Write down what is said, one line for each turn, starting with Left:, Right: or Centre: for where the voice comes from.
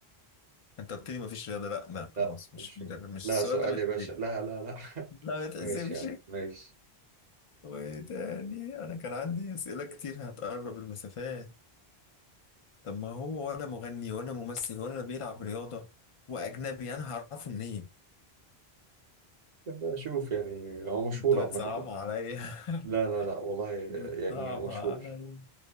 Left: انت قلت لي ما فيش رياضة لا لا خلاص
Right: لا
Left: مش
Right: مش
Left: مدرب مش
Right: لا
Left: السؤال
Right: سؤال
Left: ده ما يتحسبش
Right: يا باشا لا لا لا <laughs>
Left: لا ما يتحسبش
Right: ماشي يا عم ماشي
Left: وتاني انا كان عندي اسئلة كتير هتقرب المسافات طب ما هو ولا مغني ولا ممثل ولا بيلعب رياضة وأجنبي أنا هعرفه منين؟
Right: نبقى اشوف يعني هو مشهور
Left: أنت بتصعبها
Right: عامة
Left: عليا
Right: لا لا لا والله
Left: <laughs> بتصعبها
Right: يعني هو مشهور
Left: عليا